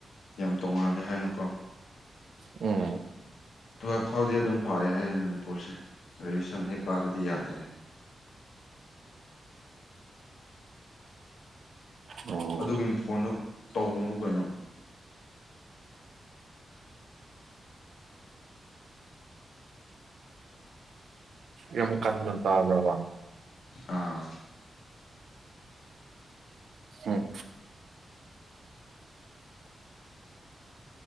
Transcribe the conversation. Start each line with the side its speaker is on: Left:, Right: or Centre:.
Left: ꯌꯥꯝ ꯇꯣꯡꯉꯥꯜꯂꯦ ꯍꯥꯏꯅꯨꯀꯣ
Right: ꯎꯝ
Left: ꯇꯨꯌꯦꯜꯐ ꯐꯥꯎꯗꯤ ꯑꯗꯨꯝ ꯐꯥꯎꯑꯦ ꯍꯥꯏꯌꯦ ꯃꯅꯤꯄꯨꯔꯁꯦ ꯔꯦꯖꯨꯁꯟ ꯍꯦꯛ ꯀꯥꯔꯗꯤ ꯌꯥꯗ꯭ꯔꯦ
Right: ꯎꯝ
Left: ꯑꯗꯨꯒꯤ ꯃꯈꯣꯟꯗꯨ ꯇꯧꯒꯅꯨ ꯀꯩꯅꯣ
Right: ꯌꯃ ꯀꯥꯟꯅ ꯇꯕ꯭ꯔꯕ
Left: ꯑꯥ
Right: ꯎꯝ